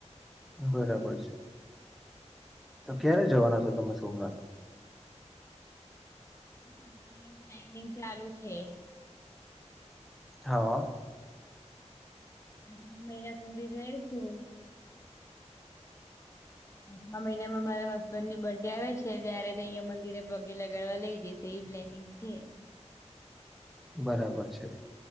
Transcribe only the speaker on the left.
ની હજુ મેં પ્લાનિંગ ચાલુ છે.
<unintelligible> સુધી જઈશું આઠમા મહિનામાં મારા હસબન્ડની બર્થ ડે આવે છે, ત્યારે તે અહિયાં મંદિરે પગે લગાવા લઇ જઈશ તેવી પ્લનિંગ છે.